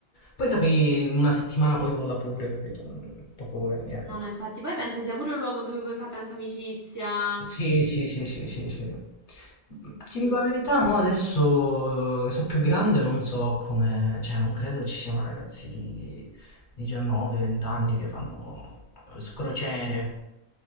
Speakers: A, on the left (about 55°); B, on the right (about 25°).
A: Poi capì, una settimana poi vola pure, capito? Poco e niente.
B: No, no, infatti. Poi penso sia pure un luogo dove puoi fare tanta amicizia.
A: Sì, sì, sì, sì, sì, sì. Ti
B: Sì.
A: dico la verità, mo adesso eh, sono più grande, non so come, cioè non credo ci siano ragazzi di 19, 20 anni che fanno crociere,